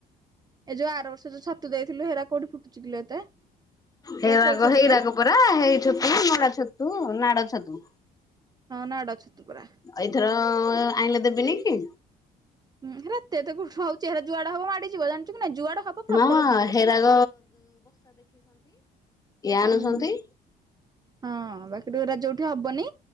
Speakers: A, on the right; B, on the left.
A: ଏ ଯୋଉ ଆର ବର୍ଷ ଯୋଉ ଛାତୁ ଦେଇଥିଲୁ ସେରା କୋଉଠି ଫୁଟୁଛି କିଲୋ ଏତେ
B: ହେଇରାଗ
A: ଏରା କୋଉ ଛତୁଟି?
B: ହେଇରାକ ପୁରରା ହେଇ ଛତୁ ନଡ ଛତୁ ନାଡ ଛତୁ
A: ହଁ ନାଡ ଛତୁ ପରା।
B: ଏଇଥର ଆଣିଲେ ଦେବିନି କି
A: ହଁ ରାତି ତ କଉ ଚେହେରା ଯୁଆଡ ହବ ମାଡିଯିବ ଜାଣିଛୁ କି ନା ଯୁଆଡ ହବ ପ୍ରବଳ
B: ହଁ
A: ଫୁଟିବ
B: ହେରାକ ଇ ଆଣୁଛନ୍ତି
A: ହୁଁ ହଁ ବାକି ରାଜ ଯୋଉଠି ହବନି